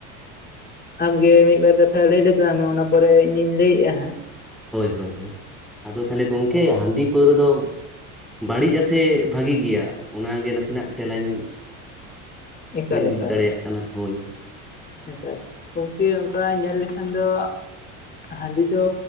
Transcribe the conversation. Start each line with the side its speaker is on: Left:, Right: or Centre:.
Left: ᱟᱢᱜᱮ ᱢᱤᱫ ᱵᱟᱨ ᱠᱟᱛᱷᱟ ᱞᱟᱹᱭ ᱞᱮ ᱛᱟᱞᱟᱝ ᱢᱮ ᱚᱱᱟ ᱯᱚᱨᱮ ᱤᱧᱤᱧ ᱞᱟᱹᱭᱮᱜᱼᱟ ᱦᱟᱸᱜ
Centre: ᱦᱳᱭ ᱦᱳᱭ ᱟᱫᱚ ᱛᱟᱦᱞᱮ ᱜᱚᱢᱠᱮ
Left: ᱮᱠᱟᱞ
Centre: ᱦᱟᱺᱰᱤ ᱯᱟᱹᱣᱨᱟᱹ ᱫᱚ ᱵᱟᱹᱲᱤᱡ ᱟ ᱥᱮ ᱵᱷᱟᱜᱤ ᱜᱮᱭᱟ ᱚᱱᱟᱜᱮ ᱱᱟᱥᱤᱱᱟᱜ ᱛᱮᱞᱟᱧ
Left: ᱮᱠᱟᱞ
Centre: ᱵᱟᱹᱧ
Left: ᱮᱠᱟᱞ
Centre: ᱵᱩᱡᱽ ᱫᱟᱲᱮᱭᱟᱜ ᱠᱟᱱᱟ ᱦᱳᱭ
Left: ᱦᱮᱸᱛᱟᱞ ᱜᱚᱢᱠᱤ ᱚᱱᱠᱟ ᱧᱮᱞ ᱞᱮᱠᱷᱟᱱ ᱫᱚ ᱦᱟᱺᱰᱤ ᱫᱚ